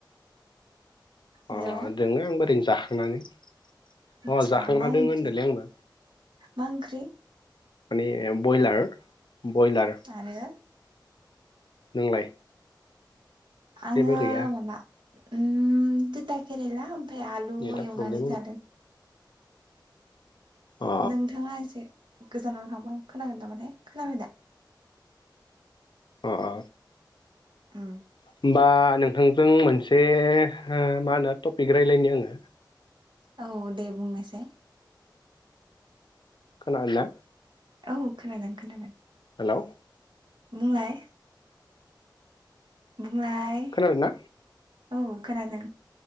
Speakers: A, on the right; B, on the left.
A: हेलौ
B: अ दोङो आंबो ओरैनो जाखांनानै। अ
A: आदसा
B: जाखांना
A: मा
B: दं
A: ओंख्रि
B: होनदोंलै आंबो
A: मा ओंख्रि
B: माने बयलार बयलार
A: आरो
B: नोंलाय
A: आङो
B: जेबो गैया
A: माबा उम तिथा केरेला औमफाय आलु
B: नेटआ
A: एवनानानै
B: प्रब्लेम
A: जादों
B: अ
A: नोंथाङा एसे गोजानावनो थांबा खोनागोन नामाथाय खोनाबाय दा
B: अ अ
A: ओम
B: होमबा नोंथांजों मोनसे मा होनो टपिक रायज्लायनि आङो
A: औ दे बुंनायसाय
B: खोनादोंना
A: औ औ खोनादों खोनादों
B: हेल'
A: बुंलाय बुंलाय
B: खोनादों ना
A: औ खोनादों